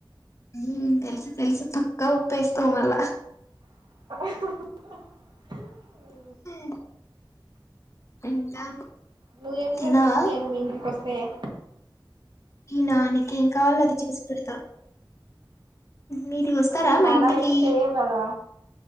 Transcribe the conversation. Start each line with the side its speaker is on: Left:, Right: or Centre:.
Left: ఉమ్ తెలుసు తెలుసు పక్క ఉప్పేస్తావు మల్ల
Right: <inaudible>
Left: <inaudible> ఇంకా
Right: నువ్వేం
Left: తిన్నావా
Right: చేస్తున్నావ్ నేను మీ ఇంటికి వస్తు <inaudible>
Left: ఈనా నీకేం కావాలో అది చేసి పెడతా మీరు వస్తారా
Right: నువ్వు
Left: మా
Right: నలాగయితే
Left: ఇంటికి
Right: చెయువు కదా